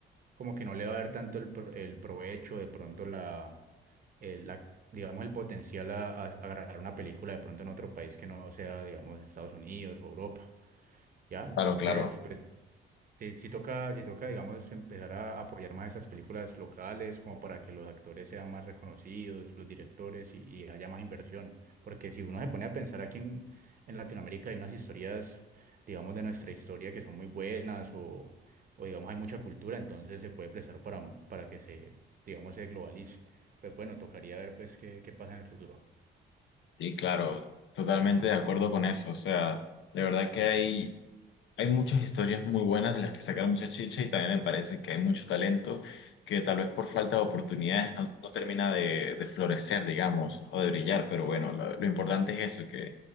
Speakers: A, on the right (about 45°); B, on the left (about 70°).
A: como que no le va a dar tanto el, pro- el provecho, de pronto la, el- la, digamos, el potencial a, a, a grabar una película de pronto en otro país que no sea, digamos, Estados Unidos o Europa, ¿ya? Entonces,
B: Claro, claro.
A: pues Sí, sí toca, sí toca, digamos, empezar a apoyar más esas películas locales, como para que los actores sean más reconocidos, los directores y, y haya más inversión. Porque si uno se pone a pensar aquí en, en Latinoamérica hay unas historias, digamos, de nuestra historia que son muy buenas o, o digamos, hay mucha cultura, entonces se puede prestar para, para que se, digamos, se globalice. Pues bueno, tocaría ver pues qué, qué pasa en el futuro.
B: Y claro, totalmente de acuerdo con eso. O sea, de verdad que hay, hay muchas historias muy buenas de las que sacar mucha chicha y también me parece que hay mucho talento que tal vez por falta de oportunidades no, no termina de, de florecer, digamos, o de brillar. Pero bueno, lo, lo importante es eso, que